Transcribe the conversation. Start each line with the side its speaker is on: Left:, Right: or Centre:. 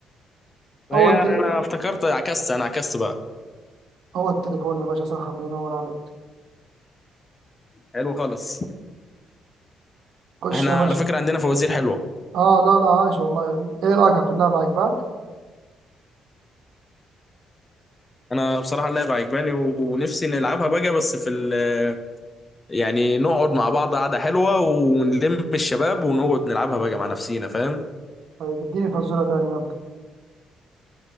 Left: هي
Right: هو التل...
Left: انا افتكرت عكست انا عكست بقى
Right: هو التليفون يا باشا صح الله ينور عليك
Left: حلو خالص
Right: خش
Left: احنا
Right: يا باشا
Left: على فكرة عندنا فوازير حلوة
Right: اه لا لا عايش والله ايه رأيك في اللعبة عجباك
Left: انا بصراحة اللعبة عجباني ونفسي نلعبها بقى بس في ال يعني نقعد مع بعض قعدة حلوة ونلم الشباب ونقعد نلعبها بقى مع نفسينا فاهم
Right: طيب اديني فزورة تانية يلا